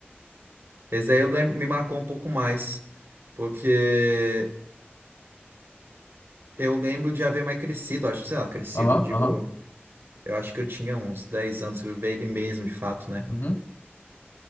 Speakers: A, on the right (about 75°); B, on the left (about 75°).
A: Esse aí eu lem- me marcou um pouco mais, porque eu lembro de haver mais crescido, acho que, sei lá, crescido,
B: Aham,
A: digo,
B: aham.
A: eu acho que eu tinha uns 10 anos que eu vi ele mesmo, de fato, né?
B: uhum.